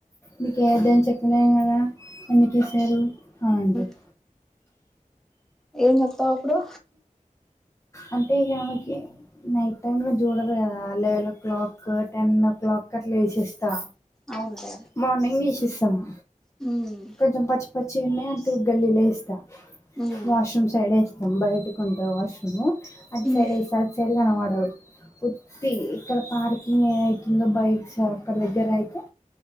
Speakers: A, on the left; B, in the centre.
A: నీకేయద్దని చెప్పినను కదా ఎందుకేసారు అని అంటది
B: ఉమ్ ఏం చెప్తావ్ అప్పుడు
A: అంటే ఇక ఆమె కి నైట్ టైమ్ లో చూడరు కదా eleven o'clock ten o'clock అట్లే వేసేస్తా
B: అవును లే
A: మార్నింగ్ నిష ఇస్తము
B: హ్మ్
A: కొంచెం పచ్చి పచ్చిన్నయి అంటూ గల్లీలో ఎస్తా
B: ఉమ్
A: వాష్రూమ్ సైడేస్తే తం బా ఇట్టుకుంటావు వాష్రూమ్ అది
B: ఉమ్
A: సైడ్ వేస్త అది సైడ్ కనబడవు వత్తి ఇక్కడ పార్కింగ్ ఏ అవుతుందో బైక్స్ అక్కడ దగ్గర అయితే